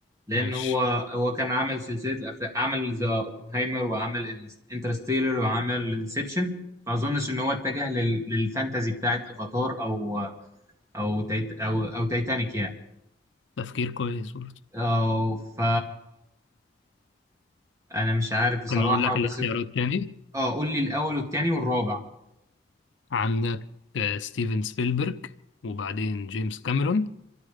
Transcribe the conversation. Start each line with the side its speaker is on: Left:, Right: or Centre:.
Right: لان
Left: ماشي
Right: هو هو كان عامل سلسله الافلام عمل ذا اوبنهايمر وعمل انترستيلر وعمل انسبشن ما اظنش ان هو اتجه لل- للفانتازي بتاعت افاتار او او تيت او او تايتانيك يعني
Left: تفكير كويس برضه
Right: أو ف انا مش عارف بصراحه
Left: كان يقول لك
Right: بس
Left: الاختيارات تاني
Right: اه قول لي الاول والتاني والرابع
Left: عندك آه، ستيفن سبيلبرج وبعدين جيمس كاميرون